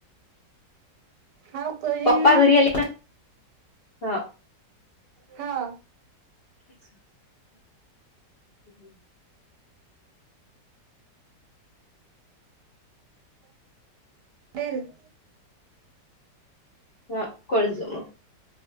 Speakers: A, on the right (about 70°); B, on the left (about 50°).
A: हव करीन
B: पप्पा
A: <unintelligible> ना
B: घरी आले का? हा
A: हा
B: ठी <unintelligible> आहे हम्म
A: दल <unintelligible>
B: ह कोळज <unintelligible> म